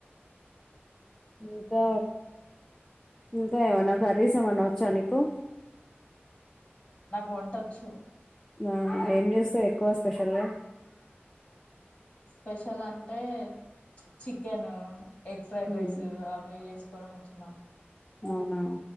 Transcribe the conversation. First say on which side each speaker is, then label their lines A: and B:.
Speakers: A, on the left; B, on the left.
A: ఇంకా ఇంకా ఏమన్నా కర్రీస్ ఏమన్నా వచ్చా నీకు
B: వంటొచ్చు
A: అవున ఏం జేస్తావ్ ఎక్కువ స్పెషల్ గా
B: స్పెషల్ అంటే చికెను ఎగ్ ఫ్రైడ్
A: ఉమ్
B: రైస్ అవి ఇవి జేసుకోవడం వచ్చు మామ్
A: అవునా